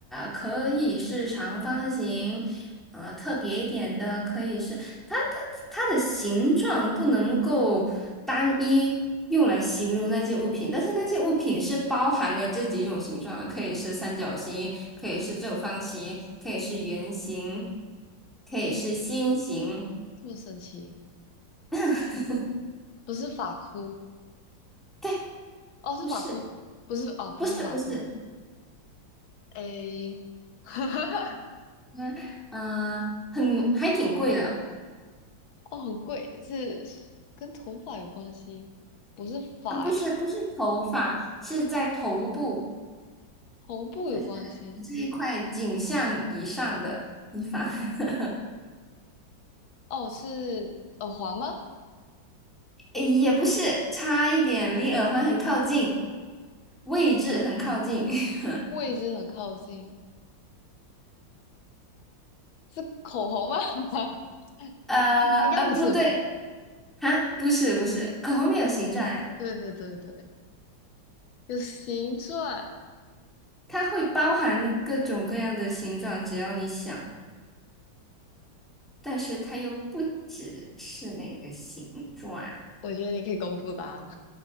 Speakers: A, in the centre; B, on the left.
A: 可以是长方形，呃，特别一点的可以是它它它的形状不能够单一用来形容那件物品，但是那件物品是包含了这几种形状的，可以是三角形，可以是正方形，可以是圆形，可以是心形。
B: 这么神奇？
A: <laughs>
B: 不是发箍，
A: 对，
B: 哦，是发箍，
A: 不是，
B: 不是哦，
A: 不是，
B: 不是发箍。
A: 不是，
B: 哎，<laughs>
A: 嗯嗯、呃很还挺贵的。
B: 哦，很贵，是是跟头发有关系，不是发诶，
A: 啊，不是不是头发，是在头部，
B: 头部有关系。
A: 就是你这一块颈项以上的地方。<laughs>
B: 哦，是耳环吗？
A: 诶，也不是，差一点，离耳环很靠近，位置很靠近。<laughs>
B: 位置很靠近，是口红吗？<laughs>
A: 呃呃，
B: 应该不是吧？
A: 不对，啊，不是不是，口红没有形状呀，
B: 对对对对，有形状。
A: 它会包含各种各样的形状，只要你想，但是它又不只是那个形状啊。
B: 我觉得你可以公布答案，